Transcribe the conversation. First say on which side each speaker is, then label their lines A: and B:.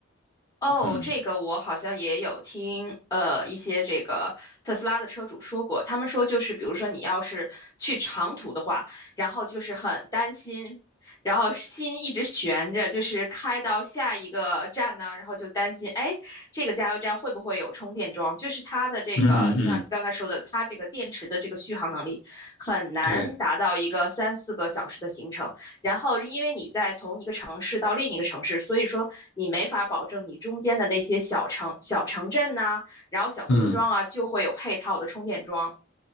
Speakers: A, on the left (about 20°); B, on the left (about 85°).
A: 哦，
B: 嗯
A: 这个我好像也有听，呃，一些这个特斯拉的车主说过，他们说就是，比如说你要是去长途的话，然后就是很担心，然后心一直悬着，就是开到下一个站呢，然后就担心，哎，这个加油站会不会有充电桩？就是它的这个，
B: 嗯嗯嗯，
A: 就像你刚才说的，它这个电池的这个续航能力很难达到一个三四个小时的行程。
B: 对，
A: 然后因为你在从一个城市到另一个城市，所以说你没法保证你中间的那些小城、小城镇呐、然后小村庄啊，
B: 嗯。
A: 就会有配套的充电桩。